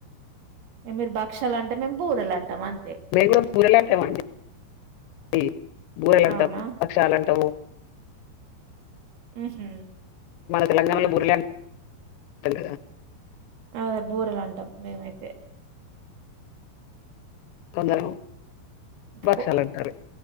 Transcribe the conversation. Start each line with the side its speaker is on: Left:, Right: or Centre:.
Right: మీరు భక్షలు అంటే మేము బూరెలు అంటాం అం
Left: బెంగళూరు బూరెలు అంటామండి బూరెలు అంటాము
Right: అవునా
Left: పక్షాలు అంటాము
Right: మ్ హు
Left: తెలంగాణలో బూరెలు <unintelligible>
Right: అదే బూరెలు అంటాం మేమైతే
Left: <unintelligible>
Right: ఇ
Left: భక్షాలు
Right: కొ
Left: అంటారు.